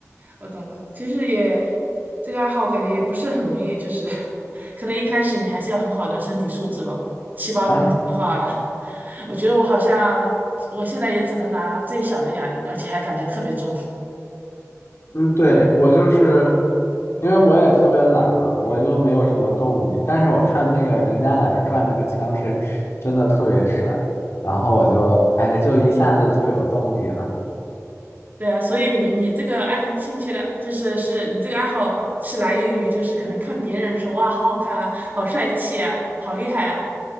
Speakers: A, on the right (about 35°); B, on the left (about 55°).
A: 我懂了。其实也这个爱好，感觉也不是很容易，就是 <laughs> 可能一开始你还是要很好的身体素质吧。
B: 啊，
A: 的话，我觉得我好像我现在也只能拿最小的哑铃，而且还感觉特别重。
B: 嗯，对，我就是因为我也特别懒嘛，我就没有什么动力。但是我看那个人家在那儿转那个枪是真的特别帅，然后我就哎，就一下子就有动力了。
A: 对啊，所以你你这个爱兴趣的，就是是你这个爱好嘛，是来源于就是可能看别人说哇好好看啊，好帅气啊，好厉害啊，